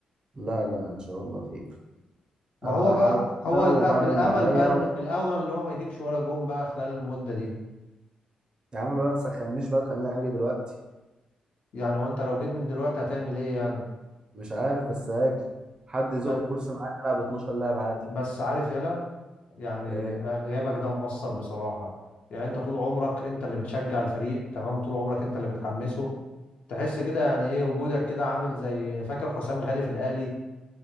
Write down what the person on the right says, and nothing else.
لا لا ان شاء الله خير
انا
هحاول
كده وبعمل
اللي عليا
و...
يا عم بقى ما تسخنيش بقى تخليني اجي دلوقتي
مش عارف بس هاجي حد يزق
الكرسي معايا نلعب 12 لعب عادي
ايه